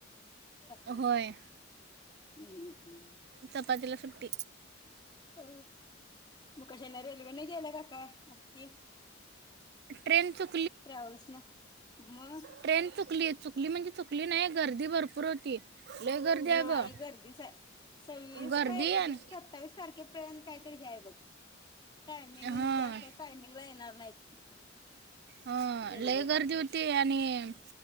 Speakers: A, on the left; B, on the right.
A: सकाळच्या
B: होय
A: हम्म हम्म
B: चपातीला सुट्टी.
A: हो मग कशाने रेल्वे नाही गेलं का काय आत्ती.
B: ट्रेन च
A: ट्रॅव्हल्सन मग
B: ट्रेन चुकली चुकली म्हणजे चुकली नाही गर्दी भरपूर होती. लय गर्दी आहे
A: नाही
B: ग
A: गर्दीच हाय सव्वीस
B: गर्दी
A: का एकवीस
B: आणि
A: सत्तावीस तारखे पर्यंत काहीतरी हे हाय बघ टायमिंग
B: हां
A: म्हणजे असं टायमिंग ला येणार नाहीत.
B: हो
A: रेल्वे
B: लय गर्दी होती आणि